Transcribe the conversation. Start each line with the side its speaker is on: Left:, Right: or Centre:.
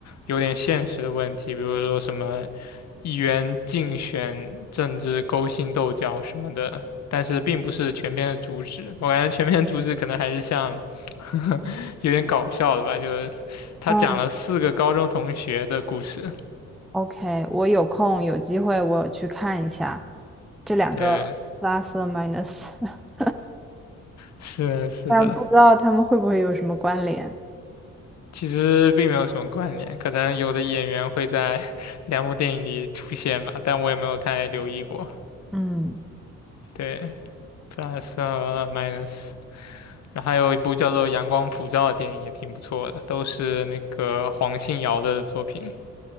Left: 有点现实的问题，比如说什么议员竞选、政治勾心斗角什么的，但是并不是全篇的主旨。我感觉全篇主旨可能还是像 <laughs> 有点搞笑的吧，就是他讲了四个高中同学的故事。
Centre: 嗯 OK，我有空有机会我去看一下这两个
Left: 对，
Centre: plus or minus，<laughs>
Left: 是的是的。
Centre: 但不知道他们会不会有什么关联。
Left: 其实并没有什么关联，可能有的演员会在 <laughs> 两部电影里出现吧，但我也没有太留意过。
Centre: 嗯
Left: 对，Plus 和 Minus，然后还有一部叫做《阳光普照》的电影也挺不错的，都是那个黄信尧的作品。